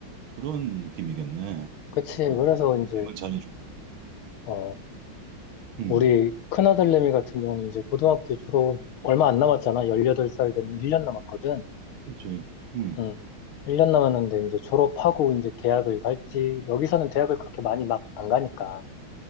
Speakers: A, on the right (about 75°); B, on the left (about 80°).
A: 그런 느낌이겠네.
B: 그치.
A: 앞으로
B: 그래서 이제,
A: 잘만 잘해주면.
B: 어,
A: 음.
B: 우리 큰아들내미 같은 경우는 이제 고등학교 졸업 얼마 안 남았잖아. 18살 되면 1년 남았거든.
A: 그렇지. 음.
B: 응. 1년 남았는데 이제 졸업하고 이제 대학을 갈지, 여기서는 대학을 그렇게 많이 막 안 가니까.